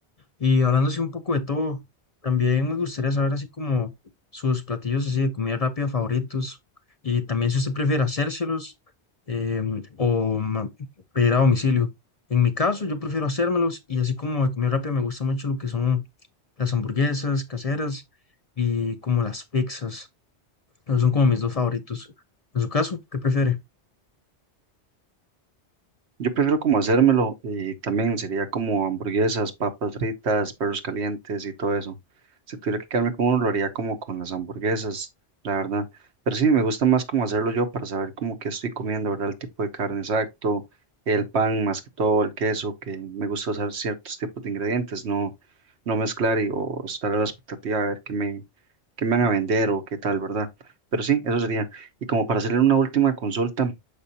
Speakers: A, on the left; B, on the right.
A: Y hablando así un poco de todo, también me gustaría saber así como sus platillos así de comida rápida favoritos y también si usted prefiere hacérselos em, o ma- pedir a domicilio. En mi caso, yo prefiero hacérmelos y así como de comida rápida me gusta mucho lo que son las hamburguesas caseras y como las pizzas. Esos son como mis dos favoritos. En su caso, ¿qué prefiere?
B: Yo prefiero como hacérmelo y también sería como hamburguesas, papas fritas, perros calientes y todo eso. Si tuviera que quedarme con uno, lo haría como con las hamburguesas, la verdad. Pero sí, me gusta más como hacerlo yo para saber como qué estoy comiendo, ¿verdad? El tipo de carne exacto, el pan más que todo, el queso, que me gusta usar ciertos tipos de ingredientes, no, no mezclar y, o estar a la expectativa de ver qué me, qué me van a vender o qué tal, ¿verdad? Pero sí, eso sería. Y como para hacerle una última consulta